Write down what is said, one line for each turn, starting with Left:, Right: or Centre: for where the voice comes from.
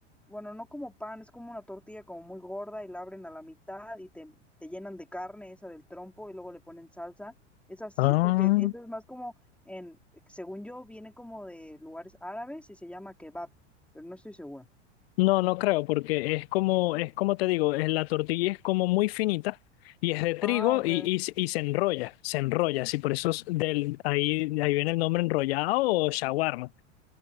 Centre: bueno, no como pan, es como una tortilla como muy gorda y la abren a la mitad y te, te llenan de carne esa del trompo y luego le ponen salsa. Es así,
Left: Ah.
Centre: porque eso es más como en, según yo, viene como de lugares árabes y se llama kebab, pero no estoy segura.
Left: No, no creo, porque es como, es como te digo, es- la tortilla es como muy finita y es de trigo
Centre: Ah, ok.
Left: y, y, se- y se enrolla, se enrolla, sí, por eso es del, ahí, ahí viene el nombre enrollado o shawarma.